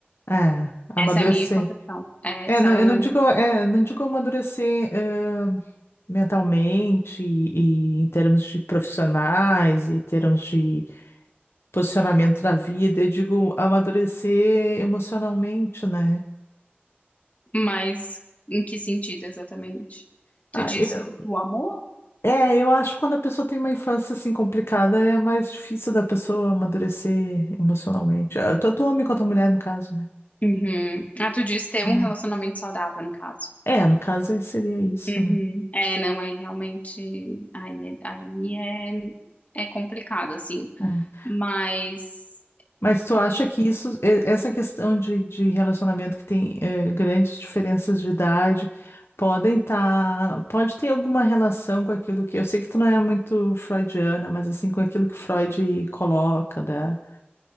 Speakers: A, on the left (about 80°); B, on the left (about 40°).
A: É, amadurecer.
B: Essa é a minha concepção. É,
A: É,
B: se
A: não,
B: ela
A: eu
B: não
A: não digo, é, não digo amadurecer, eh, mentalmente e, e em termos de profissionais, e em termos de posicionamento na vida, eu digo amadurecer emocionalmente, né?
B: Mas em que sentido exatamente? Tu
A: Ah,
B: diz
A: eu-
B: do amor?
A: é, eu acho que quando a pessoa tem uma infância assim complicada, é mais difícil da pessoa amadurecer emocionalmente. Ah, Tanto o homem quanto a mulher, no caso, né?
B: Uhum. Ah, tu diz ter
A: Hum.
B: um relacionamento saudável, no caso.
A: É, no caso eh, seria isso,
B: Uhum.
A: né?
B: É, não, aí realmente, aí, é- aí é, é complicado, assim,
A: É, é.
B: mas,
A: Mas tu acha que isso, e- essa questão de, de relacionamento que tem eh, grandes diferenças de idade, podem estar, pode ter alguma relação com aquilo que, eu sei que tu não é muito freudiana, mas assim, com aquilo que Freud coloca da,